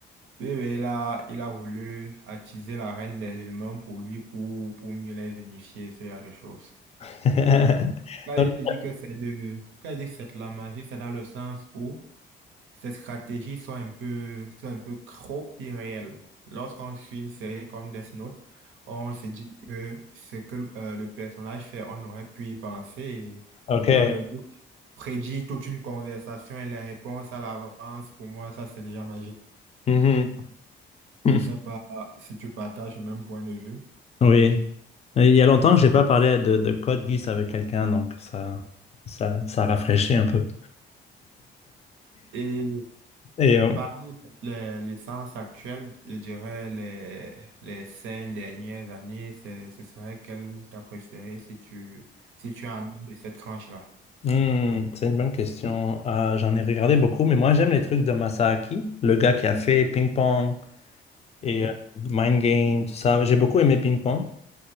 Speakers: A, on the right; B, on the left.
A: Oui, oui, il a, il a voulu attiser la reine des humains pour lui, pour, pour mieux les unifier, ce genre de choses.
B: <laughs>
A: Quand
B: Donc,
A: il dit que c'est de, quand il dit que c'est de la magie, c'est dans le sens où ces stratégies sont un peu, sont un peu trop irréelles. Lorsqu'on suit une série comme Death Note, on se dit que ce que euh, le personnage fait, on aurait pu y penser et
B: Ok.
A: pourtant le doute prédit toute une conversation et les réponses à l'avance. Pour moi, ça, c'est déjà magique.
B: Mhm. <laughs>
A: C'est sympa si tu partages le même point de vue.
B: Oui. Il y a longtemps que j'ai pas parlé de, de Code Geass avec quelqu'un, donc ça, ça, ça rafraîchit un peu.
A: Et
B: Et euh,
A: parmi les licences actuelles, je dirais les, les cinq dernières années, c'est- ce serait quelle t'as préférée si tu, si tu en as de cette tranche-là?
B: Hmm, c'est une bonne question. Euh, j'en ai regardé beaucoup, mais moi j'aime les trucs de Masaaki, le gars qui a fait Ping Pong et
A: Oui.
B: euh, Mind Game, tout ça. J'ai beaucoup aimé Ping Pong.